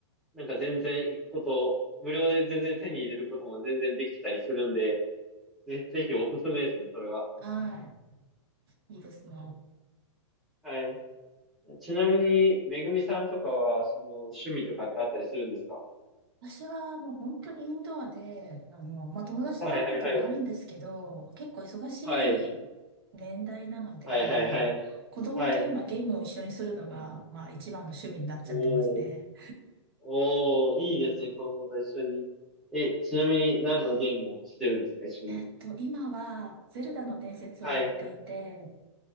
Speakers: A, in the centre; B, on the right (about 50°).
A: なんか全然行くこと、無料で全然手に入れることも全然できたりするんで、ぜ、ぜひおすすめですね、それは。
B: はい。いいですね。
A: はい。ちなみに、めぐみさんとかは、その趣味とかってあったりするんですか
B: 私はもう本当にインドアで、あの、まあ、友達と会うこともあるんですけど、
A: はいはいはい。
B: 結構忙し
A: はい。
B: い年代なので、
A: はいはいはい。
B: あの、子供と今ゲームを一緒にするのが、
A: はい。
B: まあ、一番の趣味になっちゃってますね。
A: おー。おー、いいですね、子供と一緒に。え、ちなみに何のゲームをしてるんですか、一緒に。
B: えっと、今は、ゼルダの伝説をやっていて、
A: はい。